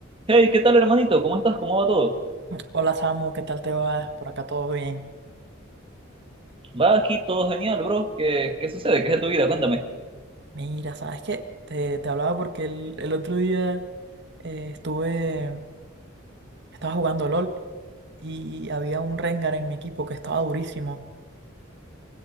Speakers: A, on the right; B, on the right.
A: Hey, ¿qué tal, hermanito? ¿Cómo estás? ¿Cómo va todo?
B: Hola Samu, ¿qué tal te va? Por acá todo bien.
A: Va aquí todo genial, bro. ¿Qué, qué sucede? ¿Qué es de tu vida? Cuéntame.
B: Mira, ¿sabes qué? Te, te hablaba porque el, el otro día eh, estuve, estaba jugando LOL y había un Rengar en mi equipo que estaba durísimo.